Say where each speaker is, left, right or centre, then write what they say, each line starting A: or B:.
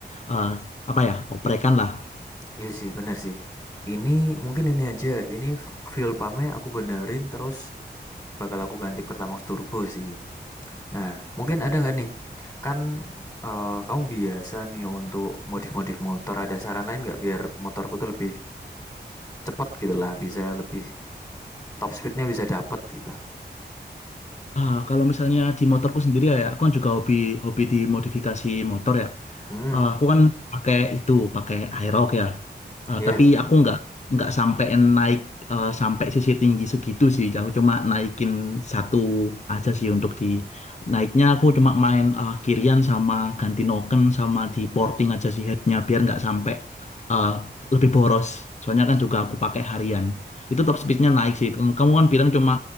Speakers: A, on the left; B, on the left.
A: eh, apa ya oprekan lah.
B: Iya sih, bener sih. Ini mungkin ini aja, ini fuel pumpnya aku benerin terus bakal aku ganti Pertamax Turbo sih. Nah, mungkin ada nggak nih? Kan eh, kamu biasa nih untuk modif-modif motor, ada saran lain nggak biar motorku tuh lebih cepat gitu lah, bisa lebih top speednya bisa dapat gitu.
A: Ah, kalau misalnya di motorku sendiri ya, ya, aku kan juga hobi hobi di modifikasi motor ya.
B: Hmm,
A: Eh, aku kan pakai itu, pakai Aerox ya. Eh,
B: iya.
A: tapi
B: Yeah.
A: aku nggak nggak sampein naik eh, sampai sisi tinggi segitu sih. Aku cuma naikin satu aja sih untuk di naiknya. Aku cuma main eh, kirian sama ganti noken sama di porting aja sih headnya biar nggak sampai eh, lebih boros. Soalnya kan juga aku pakai harian. Itu top speednya naik sih. Kamu kan bilang cuma